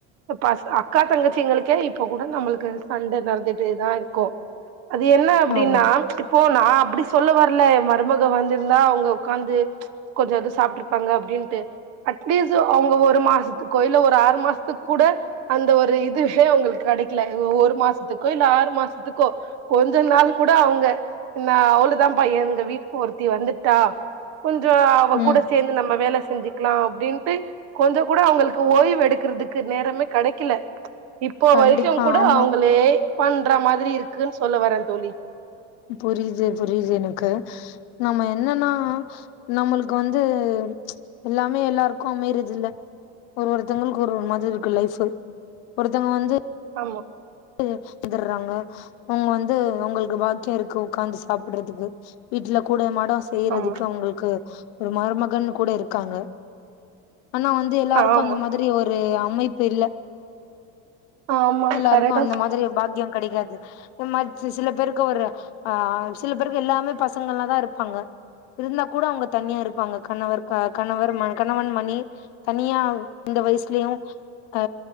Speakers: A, on the right; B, on the left.
A: பச அக்கா தங்கச்சிங்களுக்கே இப்போ கூட நம்ளுக்கு சண்டை நடந்துட்டு தா இருக்கு அது என்ன அப்டின்னா
B: ஆமா
A: இப்போ நா அப்டி சொல்ல வரல மருமக வந்திருந்தா அவங்க உக்காந்து கொஞ்சோ எது சாப்பிட்டு இருப்பாங்க அப்டின்ட்டு அட்லீஸ்ட் அவுங்க ஒரு மாசத்துக்கோ இல்ல ஒரு ஆறு மாசத்துக்கு கூ ட அந்த ஒரு இதுவே அவுங்களுக்கு கெடைக்கல ஒரு மாசத்துக்கோ இல்ல ஆறு மாசத்துக்கோ கொஞ்ச நாளு கூட அவ்ங்க நா அவ்ளவுதாபா எங்க வீட்டுக்கு ஒருத்தி வந்துட்டா கொஞ்சோ அவ
B: ம்
A: கூட சேந்து நம்ம வேல செஞ்சுக்கலா அப்டின்ட்டு கொஞ்சோ கூட அவங்களுக்கு ஓய்வு எடுக்கறதுக்கு நேரமே கெடைக்கல இப்போ
B: கண்டிப்பா
A: வரைக்கு கூட
B: ஆமா
A: அவங்களே பண்ற மாதிரி இருக்குன்னு சொல்ல வரே தோழி
B: புரியுது புரியுது எனக்கு நம்ம என்னன்னா நம்ளுக்கு வந்து எல்லாமே எல்லாருக்கு அமையறது இல்ல ஒரு ஒருத்தங்களுக்கு ஒரு ஒரு மாதிரி இருக்கு லைஃபு ஒருத்தங்க வந்து
A: ஆமா
B: க்கு எகுர்றாங்க அவுங்க வந்து உங்களுக்கு பாக்கியம் இருக்கு உக்காந்து சாப்புட்றதுக்கு வீட்ல கூடை மா இதா செய்யறதுக்கு
A: ஆமா
B: அவங்களுக்கு ஒரு மருமகன் கூட இருக்காங்க ஆனா வந்து எல்லாருக்கு
A: ஆமா
B: அந்த மாதிரி ஒரு அமைப்பு இல்ல
A: ஆமா
B: எல்லாருக்கு
A: கரெக்ட்
B: அந்த மாதிரி பாக்கியம் கிடைக்காது ஒரு மாறி சில ருக்கு ஒரு ஆ சில பேருக்கு எல்லாமே பசங்க எல்லாதான் இருப்பாங்க இருந்தா கூட அவங்க தனியா இருப்பாங்க கணவர் க கணவர் ம கணவன் மணி தனியா இந்த வயசுலயு அ